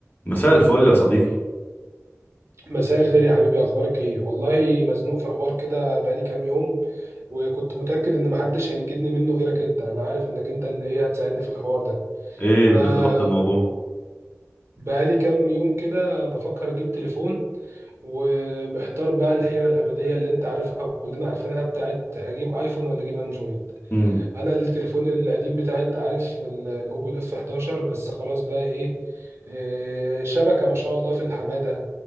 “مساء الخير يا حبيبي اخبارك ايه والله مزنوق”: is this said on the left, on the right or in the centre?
Right